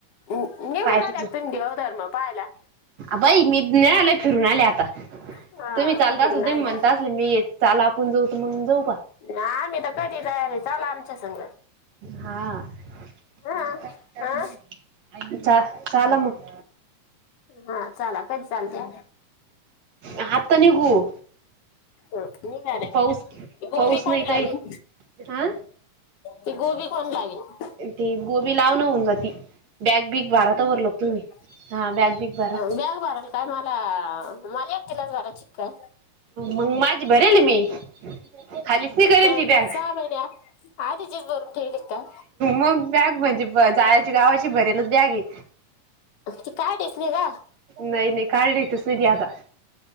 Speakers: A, on the left (about 55°); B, on the right (about 55°).
A: नि- निघू
B: काय
A: राहिल्या
B: <unintelligible> अं...
A: का तुम्ही देवधर्म पाहायला
B: बाई... मी <unintelligible> फिरून आले आता
A: हा
B: तुम्ही चालत
A: फिरून
B: असला, तुम्ही
A: आले
B: म्हणता असला, मी चाला आपण जाऊ, तर मग जाऊ बा
A: अं... आम्ही तर कधीही तयार है, चला आमच्या संग
B: हा <unintelligible>
A: हा हा
B: चा, चाला मग
A: हा चाला, कधी चालत्या
B: आत्ता निघू
A: हा निघाले <unintelligible>
B: पाऊस पाऊस
A: कोण
B: नाही काही
A: लागेल?
B: हा
A: ती गोबी कोण <unintelligible>
B: ते गोबी लाव न होऊन जाती बॅग बीग भाराात वरलोक तुम्ही
A: अ
B: हा बॅग बिग भरा
A: बॅग भरल काय मला मला एकटलाच भराय चिक्काय
B: मंग माझी भरेल मी खालीच नाही करेल
A: काही
B: ती बॅग
A: सहा महिन आधीचेच भरून ठेवल का?
B: मग बॅग म्हणजे जायची गावाची भरलच बॅग आहे.
A: ती काढीच नाही का
B: नाही नाही काढली तच नाहीधी आता